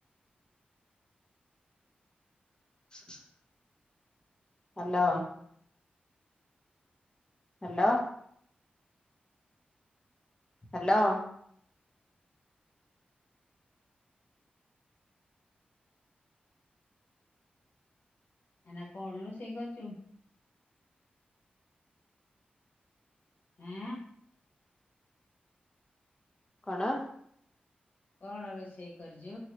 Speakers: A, on the left; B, on the left.
A: <unintelligible> ହାଲୋ। ହ୍ୟାଲୋ। ହାଲୋ।
B: ଏଇନା କଣ ରୋଷେଇ କରୁଛୁ? ଅଁ।
A: କଣ?
B: କଣ ରୋଷେଇ କରିଛୁ?